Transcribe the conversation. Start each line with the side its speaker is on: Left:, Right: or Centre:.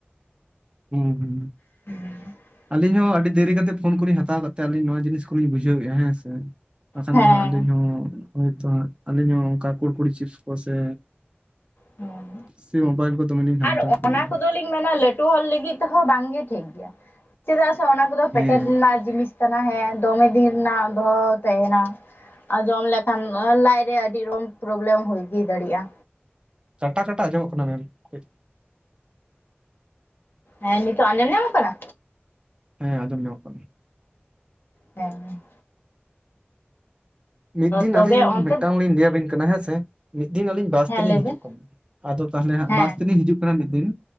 Right: ᱦᱩᱸ ᱦᱩᱸ
Left: <inaudible>
Right: ᱟᱹᱞᱤᱧ ᱦᱚᱸ ᱟᱹᱰᱤ ᱫᱮᱨᱤ ᱠᱟᱛᱮ ᱯᱷᱚᱱ ᱠᱚᱞᱤᱧ ᱦᱟᱛᱟᱣ ᱠᱟᱫ ᱛᱮ ᱟᱹᱞᱤᱧ ᱱᱚᱣᱟ ᱡᱤᱱᱤᱥ ᱠᱚᱞᱤᱧ ᱵᱩᱡᱷᱟᱹᱣᱮᱼᱟ ᱦᱮᱸ ᱥᱮ ᱵᱟᱠᱷᱟᱱ
Left: ᱦᱮᱸ
Right: ᱫᱚ ᱦᱟᱸᱜ ᱟᱹᱞᱤᱧ ᱦᱚᱸ ᱦᱭᱛᱚᱜ ᱟᱹᱞᱤᱧ ᱦᱚᱸ ᱚᱱᱠᱟ ᱠᱩᱲᱠᱩᱲᱤ ᱪᱤᱯᱥ ᱠᱚ ᱥᱮ
Left: ᱦᱮᱸ
Right: ᱥᱮ ᱢᱚᱵᱟᱭᱤᱞ ᱠᱚ ᱫᱚᱢᱮ ᱞᱤᱧ ᱜᱷᱟᱱᱴᱟ
Left: ᱟᱨ
Right: ᱠᱮᱜᱼᱟ
Left: ᱚᱱᱟ ᱠᱚᱫᱚᱞᱤᱧ ᱢᱮᱱᱟ ᱞᱟᱹᱴᱩ ᱦᱚᱲ ᱞᱤᱜᱤᱫ ᱛᱮᱦᱚᱸ ᱵᱟᱝᱜᱮ ᱴᱷᱤᱠ ᱜᱤᱭᱟ ᱪᱮᱫᱟᱜ ᱥᱮ ᱚᱱᱟ ᱠᱚᱫᱚ ᱯᱮᱴᱮᱨ
Right: ᱦᱮᱸ
Left: ᱨᱤᱱᱟᱜ ᱡᱤᱱᱤ ᱠᱟᱱᱟ ᱦᱮᱸ ᱫᱚᱢᱮ ᱫᱤᱱ ᱨᱤᱱᱟᱜ ᱫᱚᱦᱚ ᱛᱮᱦᱮᱱᱟ ᱡᱚᱢ ᱞᱮᱠᱷᱟᱱ ᱞᱟᱡ ᱨᱮᱭᱟᱜ ᱟᱹᱰᱤ ᱨᱚᱢ ᱯᱨᱚᱵᱽᱞᱮᱢ ᱦᱩᱭ ᱜᱤ ᱫᱟᱲᱤᱭᱟᱜᱼᱟ
Right: ᱠᱟᱴᱟ ᱠᱟᱴᱟ ᱟᱸᱡᱚ ᱢᱚᱜ ᱠᱟᱱᱟ ᱢᱮᱢ ᱠᱟᱹᱡ
Left: ᱦᱮᱸ ᱱᱤᱛᱚᱜ ᱟᱸᱡᱚᱢ ᱧᱟᱢᱚᱜ ᱠᱟᱱᱟ?
Right: ᱦᱮᱸ ᱟᱡᱚᱢ ᱧᱟᱢᱚᱜ ᱠᱟᱱᱟ
Left: ᱦᱮᱸ
Right: ᱢᱤᱫ ᱫᱤᱱ
Left: ᱛᱚᱵᱮ
Right: ᱟᱹᱞᱤᱧ
Left: ᱚᱱᱛᱮ
Right: ᱢᱤᱫᱴᱟᱝ ᱞᱤᱧ ᱞᱟᱹᱭᱟᱵᱤᱱ ᱠᱟᱱᱟ ᱦᱮᱸᱥᱮ ᱢᱤᱫ ᱫᱤᱱ ᱟᱹᱞᱤᱧ ᱵᱟᱥ
Left: ᱦᱮᱸ
Right: ᱛᱮᱞᱤᱧ
Left: ᱞᱟᱹᱭ
Right: ᱦᱤᱡᱩᱜ
Left: ᱵᱮᱱ
Right: ᱠᱟᱱᱟ ᱟᱫᱚ ᱛᱟᱦᱞᱮ ᱦᱟᱸᱜ
Left: ᱦᱮᱸ
Right: ᱵᱟᱥ ᱛᱮᱞᱤᱧ ᱦᱤᱡᱩᱜ ᱠᱟᱱᱟ ᱢᱤᱫ ᱫᱤᱱ